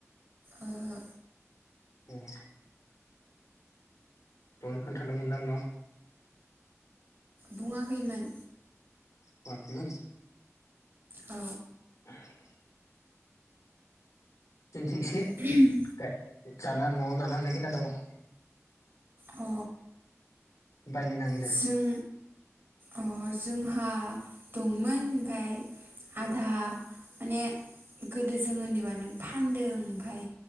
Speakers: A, on the right; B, on the left.
A: ओहो।
B: उम दहाय खोन्थादोंमोनदांं न'?
A: बुङाखैमोन।
B: <unintelligible> मोन।
A: औ
B: <inaudible> जोंथिं इसे
A: <inaudible>
B: बे जाना न' जाना हानाय खिना दङ।
A: अ
B: बायनो नाङ
A: जों अ जोंहा दंमोन ओमफाय आधा माने गोदो जों ओन्दैबानो फानदों ओमफाय